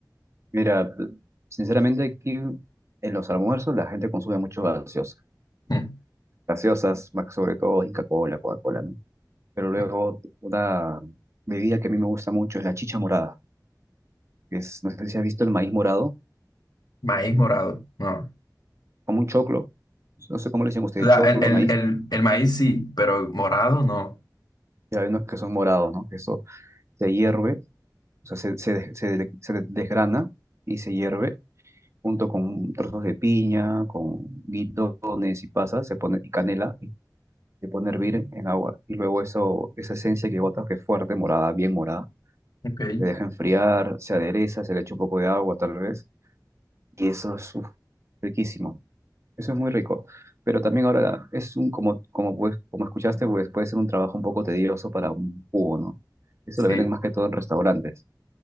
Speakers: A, on the right; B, on the left.
A: Mira, p- sinceramente aquí en los almuerzos la gente consume mucho gaseosa.
B: Mm,
A: Gaseosas, más sobre todo Inca Cola, Coca-Cola, ¿no? Pero luego
B: mm,
A: una bebida que a mí me gusta mucho es la chicha morada, que es, no sé si has visto el maíz morado,
B: Maíz
A: es
B: morado,
A: co-
B: no.
A: como un choclo, no sé cómo le dicen ustedes,
B: O sea,
A: choclo,
B: el, el,
A: maíz,
B: el, el maíz sí, pero morado no.
A: y hay unos que son morados, ¿no? Que eso se hierve, o sea, se, se, des- se de- se desgrana y se hierve junto con trozos de piña, con guidones y pasas, se pone y canela se pone a hervir en agua y luego eso, esa esencia que botas, que es fuerte, morada, bien morada,
B: Ok.
A: se deja enfriar, se adereza, se le echa un poco de agua tal vez y eso es uf, riquísimo. Eso es muy rico. Pero también ahora la- es un, como, como, pues, como escuchaste, pues puede ser un trabajo un poco tedioso para un jugo, ¿no? Eso
B: Sí,
A: lo venden más que todo en restaurantes,